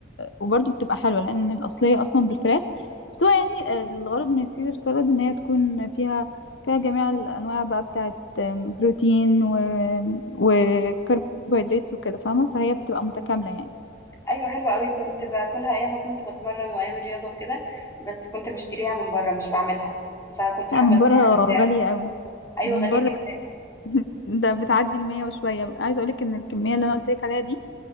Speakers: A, on the left (about 75°); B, on the left (about 15°).
A: وبرضه بتبقى حلوه لان الاصليه اصلا بالفراخ بس هو يعني آه، الغرض من السيزر سالاد ان هي تكون فيها فيها جميع الانواع بقى بتاعت آم، بروتين و... وكربوهيدرات وكده فاهمه فهي بتبقى متكامله يعني
B: ايوه حلوه قوي كنت باكلها ايام ما كنت بتمرن وايام الرياضه وكده بس كنت بشتريها من بره مش بعملها فكنت حابه
A: لا من
B: ان
A: بره
B: أنا اعرف
A: غاليه
B: بتاع
A: قوي
B: ايوه
A: من
B: غاليه
A: بره
B: جدا
A: <laughs> ده بتعدي المية وشوية عايزة اقولك ان الكمية اللي انا قلتلك عليها دي